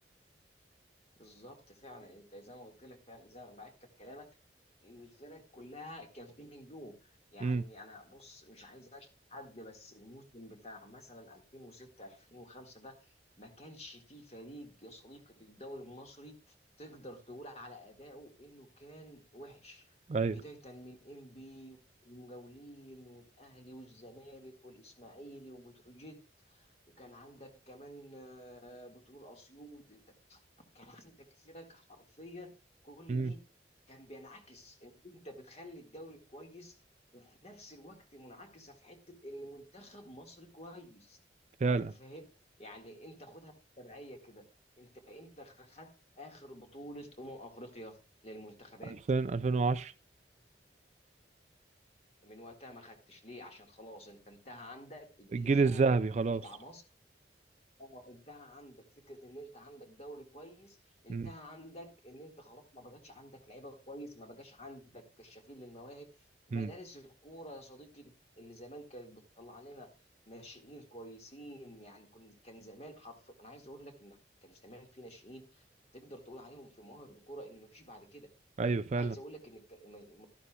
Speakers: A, on the left (about 35°); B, on the right (about 40°).
A: بالظبط فعلا انت زي ما قلت لك فعلا زي ما معاك كلامك ان الفرق كلها كان فيه نجوم يعني
B: امم
A: انا بص مش عايز اشهد حد بس الموسم بتاع مثلا 2006 2005 ده ما كانش فيه فريق يا صديقي في الدوري المصري تقدر تقول على ادائه انه كان وحش
B: ايوه
A: بدايه من انبي والمجاولين والاهلي والزمالك والاسماعيلي وبتروجيت وكان عندك كمان آه، بترول اسيوط انت كان عندك فرق حرفيا كل
B: مم.
A: دي كان بينعكس ان انت بتخلي الدوري كويس وفي نفس الوقت منعكسه في حته ان منتخب مصر كويس
B: فعلا
A: انت فاهم يعني انت خدها بالتبعيه كده انت امتى خدت اخر بطوله امم افريقيا للمنتخبات
B: 2000 2010
A: من وقتها ما خدتش ليه عشان خلاص انت انتهى عندك الجيل
B: الجيل
A: الذهبي
B: الذهبي خلاص
A: بتاع مصر اه انتهى عندك فكره ان انت عندك دوري كويس انتهى
B: امم
A: عندك ان انت خلاص ما بقاش عندك لعيبه كويس ما بقاش عندك كشافين للمواهب مدارس
B: امم
A: الكوره يا صديقي اللي زمان كانت بتطلع لنا ناشئين كويسين يعني كن كان زمان حرف انا عايز اقول لك ان كان زمان في ناشئين تقدر تقول عليهم في مواهب الكوره ان ما فيش بعد كده
B: ايوه فعلا
A: عايز اقول لك ان الك- الم-